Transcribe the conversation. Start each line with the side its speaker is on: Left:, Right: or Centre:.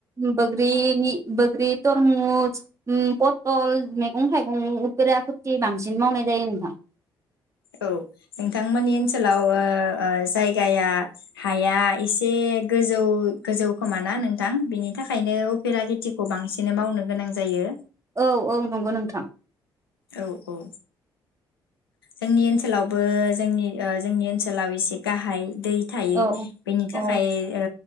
Right: बो ग्रिनि बोग्रि तरमुस उम पथल मेगं थाइगं उफेरा खुरथि बांसिन मावनाय जायो नोंथां।
Left: औ नोंथांमोननि ओनसोलाव ओ ओ जायगाया हाया एसे गोजौ गोजौ खोमाना नोंथां बेनि थाखायनो उफेरा खेथिखौ बांसिनै मावनो गोनां जायो।
Right: औ औ नंगौ नोंथां।
Left: औ औ जोंनि ओनसोलावबो जोंनि ओ जोंनि ओनसोलाव एसे गाहाय। दै थायो
Right: औ
Left: बेनि थाखाय
Right: औ
Left: ओ